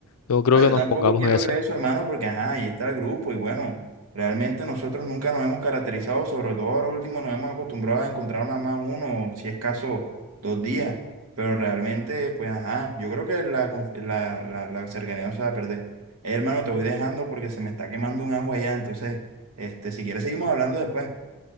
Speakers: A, on the left; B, on the right.
A: Yo no creo
B: Ah,
A: que
B: yo
A: nos
B: tampoco
A: pongamos
B: quiero
A: en eso.
B: creer eso, hermano, porque ajá, ahí está el grupo y bueno, realmente nosotros nunca nos hemos caracterizado, sobre todo ahora último nos hemos acostumbrado a encontrar nada más uno, si es caso, dos días, pero realmente, pues ajá, yo creo que la, conf- la, la, la cercanía no se va a perder. Eh, hermano, te voy dejando porque se me está quemando un ajo allá, entonces, este, si quieres seguimos hablando después.